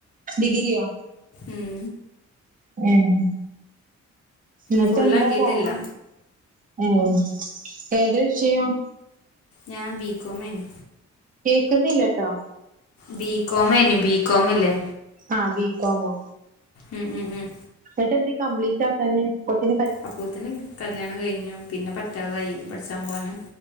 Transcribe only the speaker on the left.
ഉം
ഫുള്ളാക്കിയിട്ടില്ല
ഞാൻ ബീകോമാന്
ബി കോമെന്നു ബികോമില്ലേ
ഉം ഉം ഉം
അപ്പോത്തിന് കല്ല്യാണം കയ്ഞ്ഞു പിന്നെ പറ്റാതായി പഠിച്ചാൻ പോവാന്